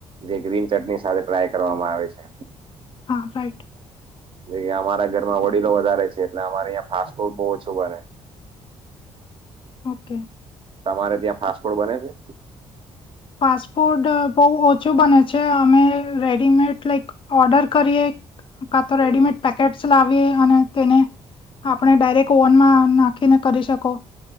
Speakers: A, on the right; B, on the left.
A: જે ગ્રીન ચટણી સાથે ટ્રાય કરવામાં આવે છે.
B: હા રાઈટ
A: જે કે અમારા ઘરમાં વડીલો વધારે છે, એટલે અમારે અં ફાસ્ટ ફૂડ બો ઓછું બને
B: ઓકે.
A: તમારે ત્યાં ફાસ્ટ ફૂડ બને છે?
B: ફાસ્ટ ફૂડ બોવ ઓછું બને છે, અમે રેડીમેડ લાઈક ઓર્ડર કરીએ કા તો
A: હમ
B: રેડીમેડ પેકેટસ લાવીએ અને તેને આપણે ડાયરેક્ટ ઓવનમાં નાખીને કરી શકો